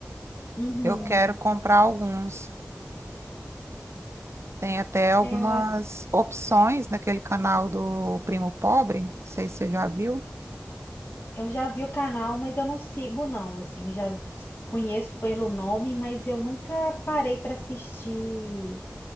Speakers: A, on the left; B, on the right.
A: Uhum.
B: Eu quero comprar alguns. Tem até algumas
A: É, Eu
B: opções naquele canal do Primo Pobre. Não sei se você já viu.
A: Eu já vi o canal, mas eu não sigo não, assim, já conheço pelo nome, mas eu nunca parei para assistir